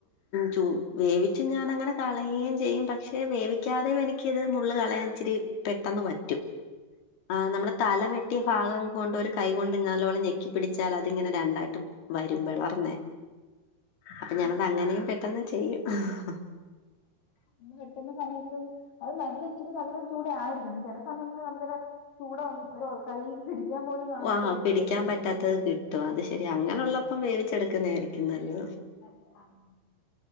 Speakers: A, on the left; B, on the left.
A: ക്ക് വേവിച്ച് ഞാനങ്ങനെ കളയേം ചെയ്യും പക്ഷെ വേവി ക്കാതെയും എനിക്കിത് മുള്ള് കളയാൻ ഇച്ചിരി പെട്ടെന്ന് പറ്റും ആഹ് നമ്മുടെ തല വെട്ടിയ ഭാഗം കൊണ്ട് ഒരു കൈ കൊണ്ട് നല്ലപോലെ ഞെക്കി പിടിച്ചാൽ അതിങ്ങനെ രണ്ടായിട്ട് വരും വളർന്നേ അപ്പൊ
B: പിന്നെ
A: ഞാനത് അങ്ങനെയും പെട്ടെന്ന് ചെയ്യും <inaudible>
B: ഇനി കിട്ടുന്ന സമയത്ത് അത് നല്ല ഇച്ചിരി നല്ലൊരു ചൂട ആയിരിക്കണം ചില സമയങ്ങളിൽ നമുക്കിടെ ചൂട ഒന്ന് ഒരു കഴു പിടിക്കാൻ പോലും കാണാത്തത്
A: ഓ
B: കിട്ടുവല്ലോ
A: പിടിക്കാൻ പറ്റാത്തത് കിട്ടും അത് ശരി അങ്ങനെയുള്ളപ്പം വേവിച്ചെടുക്കുന്ന ആയിരിക്കും നല്ലത്
B: നല്ലതാണ്